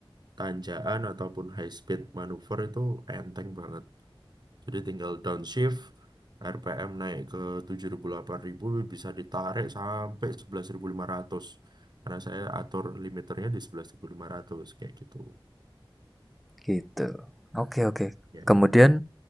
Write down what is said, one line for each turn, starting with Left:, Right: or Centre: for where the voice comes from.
Right: tanjakan ataupun high speed manuver itu enteng banget jadi tinggal downshift RPM naik ke tujuh ribu delapan ribu bisa ditarik sampai 11.500 karena saya atur limiternya di sebelas ribu lima ratus kayak gitu
Centre: gitu. Oke, oke.
Right: ya
Centre: Kemudian